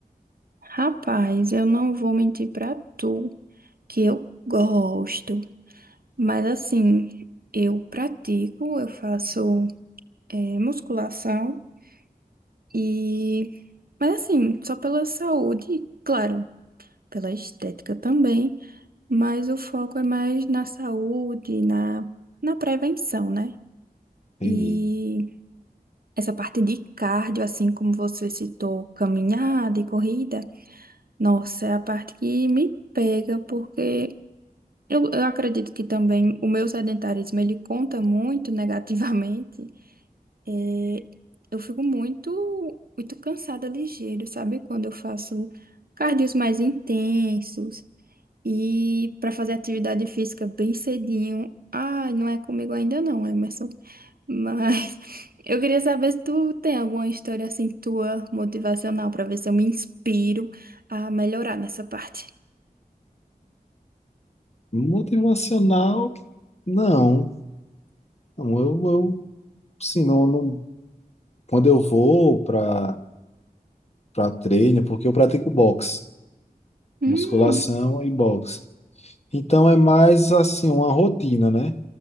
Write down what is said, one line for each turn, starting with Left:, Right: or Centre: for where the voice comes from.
Right: Rapaz, eu não vou mentir pra tu que eu gosto, mas assim, eu pratico, eu faço eh, musculação e. Mas assim, só pela saúde, claro, pela estética também, mas o foco é mais na saúde, na, na prevenção, né?
Left: Entendi.
Right: E essa parte de cardio, assim como você citou, caminhada e corrida. Nossa, é a parte que me pega, porque eu, eu acredito que também o meu sedentarismo, ele conta muito <laughs> negativamente. É, eu fico muito, muito cansada ligeiro, sabe? Quando eu faço cardios mais intensos e para fazer atividade física bem cedinho. Ai, não é comigo ainda não, Emerson. Mas <laughs> eu queria saber se tu tem alguma história assim tua motivacional pra ver se eu me inspiro a melhorar nessa parte.
Left: Motivacional, não. Não, eu, eu sim, não, não- quando eu vou para para treino, porque eu pratico boxe,
Right: Hum,
Left: musculação e boxe. Então é mais assim, uma rotina, né?